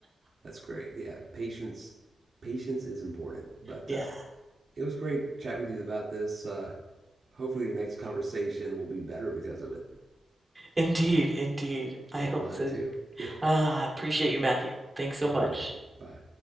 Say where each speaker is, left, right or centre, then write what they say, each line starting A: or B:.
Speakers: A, on the right; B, on the right.
A: that's great. Yeah, patience, patience is important. But
B: Yeah.
A: uh, it was great chatting with you about this. Uh, hopefully, your next conversation will be better because of it,
B: Indeed, indeed. I
A: and
B: hope
A: mine
B: so.
A: too. Yeah.
B: Ah, I appreciate you, Matthew. Thanks so
A: Have
B: much.
A: a good day. Bye.